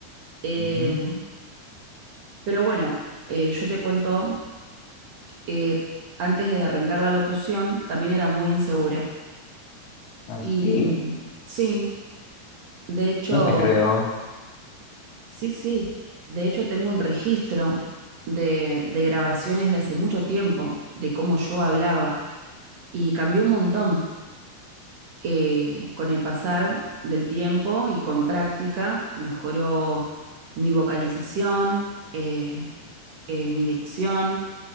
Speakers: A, on the right (about 60°); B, on the left (about 65°).
A: Eh,
B: Ujú.
A: pero bueno, eh, yo te cuento eh, antes de arrancar la locución, también era muy insegura.
B: Así,
A: Y mm, sí, de hecho,
B: no te creo.
A: sí, sí, de hecho tengo un registro de, de grabaciones de hace mucho tiempo, de cómo yo hablaba, y cambió un montón eh, con el pasar del tiempo y con práctica, mejoró mi vocalización, eh, eh, mi dicción